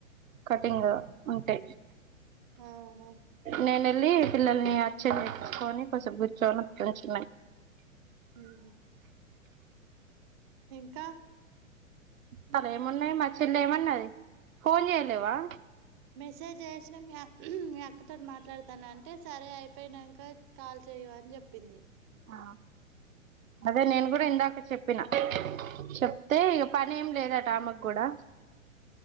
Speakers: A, on the right; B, on the right.
A: కటింగ్ ఉంటే
B: ఆహా
A: నేనే ళ్ పిల్లల్ని అచ్చర్ుకొని స బున్న కొంచి
B: మ్మ్ హ్మ్ ఇంకా
A: సలు ఏమున్నాయి మా చెల్లి ఏమన్నది ఫోన్ చేయలేవా
B: మెసేజ్ చేసినా మీ మీ అక్కతోటి మాట్లాడతాను అంటే సరే అయిపోయినాక కాల్ చేయ అని చెప్పింది
A: ఆ అదే నేను కూడా ఇందాక చెప్పిన చెప్తే ఇక పని ఏం లేదట ఆమకు కూడా